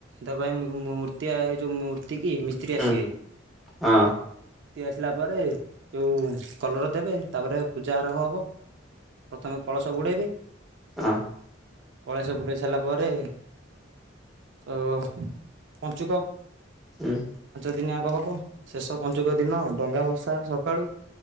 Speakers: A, on the right; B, in the centre.
A: ଦେବା ପାଇଁ ମୂର୍ତ୍ତିଆ ଏ ଯୋଉ ମୂ କି ମିସ୍ତ୍ରୀ ଆସିବେ
B: ହୁଁ
A: ମୂର୍ତି
B: ହଁ
A: ଆସିଲା ପରେ ଯୋଉ କଲର ଦେବେ ତାପରେ ପୂଜା ଆରମ୍ଭ ହବ। ପ୍ରଥମେ କଳସ ବୁଡେଇବେ।
B: ହ।
A: କଳଶ ବୁଡେଇ ସାରିଲା ପରେ ତ ପଞ୍ଚୁକ।
B: ହୁଁ <inaudible>
A: ଦିନିଆଗ ହବ ଶେଷ ପଞ୍ଚୁକ ଦିନ ଡଙ୍ଗା ଭସା ସକାଳୁ